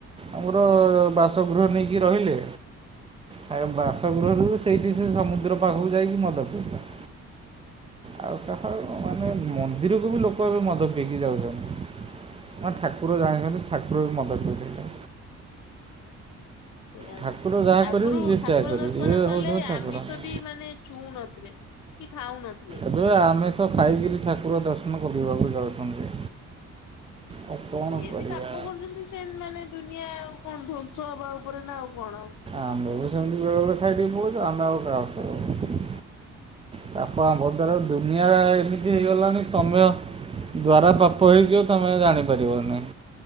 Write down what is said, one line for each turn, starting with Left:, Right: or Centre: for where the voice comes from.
Right: ଆମର ବାସଗୃହ ନେଇକି ରହିଲେ ଖ ବାସଗୃହରୁ ସେଇଠି ସେ ସମୁଦ୍ର ପାଖକୁ ଯାଇକି ମଦ ପିଇଲେ। ଆଉ କାହା ମାନେ ମନ୍ଦିରକୁ ବି ଲୋକ ଏବେ ମଦ ପିଇକି ଯାଉଛନ୍ତି। ନା ଠାକୁର ଜାଣିିଛନ୍ତି ଠାକୁର ବି ମଦ ପିଉଥିଲେ।
Left: ସେଇଆ
Right: ଠାକୁର
Left: ବା
Right: ଯାହା କରିବେ
Left: ଆଗରୁ
Right: ଇଏ
Left: ଠାକୁର
Right: ସେୟା କରିବେ
Left: ଦର୍ଶନ
Right: ଇଏ
Left: କଲେ
Right: ହେଉଛନ୍ତି
Left: ଆମିଷ
Right: ଠାକୁର।
Left: ବି ମାନେ ଛୁଉଁ ନଥିଲେ କି ଖାଉ ନଥିଲେ।
Right: ଏବେ ଆମିଷ ଖାଇକିରି ଠାକୁର ଦର୍ଶନ କରିବାକୁ ଯାଉଛନ୍ତି। ଆଉ କଣ
Left: ଯେନ୍ତି
Right: କରିବା?
Left: ପାପ କରୁଛନ୍ତି ସେମତି ମାନେ ଦୁନିଆ ଆଉ କଣ ଧ୍ଵଂସ ହବା ଉପରେ ନା ଆଉ କଣ ଆଉ।
Right: ଆମେ ବି ସେମିତି ବେଳେ ବେଳେ ଖାଇଦେଇକି ପଳଉଚୁ ଆମେ ଆଉ କାହାକୁକହିବୁ। ପାପ ଆମ୍ଭ ଦ୍ୱାରା ଦୁନିଆ ଏମିତି ହେଇଗଲାଣି ତମେ ଆ ଦ୍ୱାରା ପାପ ହେଇଯିବ ତମେ ଜାଣି ପାରିବନେଇ।